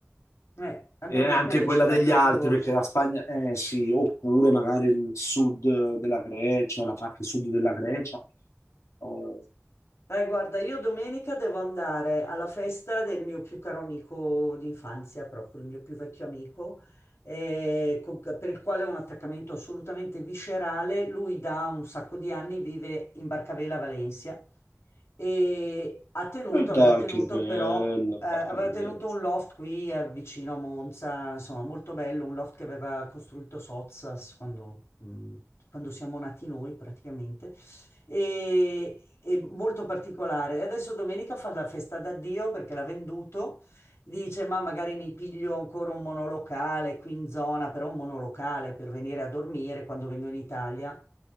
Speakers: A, on the left; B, on the left.
A: Eh, a
B: e
A: me
B: anche
A: ve- me l'hai
B: quella
A: citato
B: degli altri,
A: più volte.
B: perché la Spagna, eh sì, oppure magari il sud della Grecia, la parte sud della Grecia. Oh,
A: Dai, guarda, io domenica devo andare alla festa del mio più caro amico d'infanzia, proprio il mio più vecchio amico, eh, co- per il quale ho un attaccamento assolutamente viscerale. Lui da un sacco di anni vive in Barcavela, Valencia e ha tenuto,
B: E dai,
A: aveva tenuto
B: che bello,
A: però, eh,
B: barca
A: aveva
B: bella.
A: tenuto un loft qui eh, vicino a Monza, insomma molto bello, un loft che aveva costruito Sozzas quando, mh, quando siamo nati noi praticamente, e, e molto particolare. E adesso domenica fa la festa d'addio perché l'ha venduto, dice ma magari mi piglio ancora un monolocale qui in zona, però un monolocale per venire a dormire quando vengo in Italia.